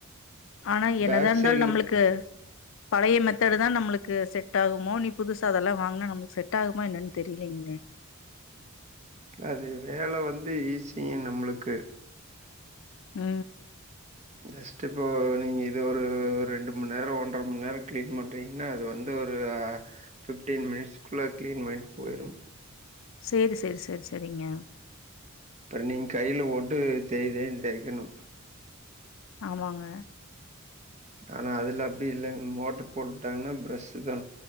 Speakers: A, on the left (about 65°); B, on the right (about 35°).
A: ஆனா என்னதா
B: பேக்
A: இருந்தாலு
B: சைட்ல
A: நம்ளுக்கு பழைய மெத்தேடுதா நம்மளுக்கு செட் ஆகுமோ இனி புதுசா அதல்லா வாங்னா நம்மளுக்கு செட் ஆகுமா என்னான் தெரிய்லீங்களே
B: இல்ல அது வேல வந்து ஈஸியு நம்மளுக்கு
A: ஆ
B: ஜஸ்டு இப்போ நீங்க இது ஒரு ரெண்டு மணிநேர ஒன்ற மணிநேர கிளீன் பண்றீங்க என்னா அது வந்து ஒரு ஃபிப்டீன் மினிட்ஸ்குள்ள கிளீன் பண்ட்டு போயிரு
A: சேரி செர் செரி செரிங்க
B: இப்ப நீங்க கைல போட்டு தேய் தேய்ன்னு தேய்கணு
A: ஆமாங்க
B: ஆனா அதுல அப்டி இல்லங்க மோட்டர் போட்டு விட்டாங்னா ப்ரஷுதா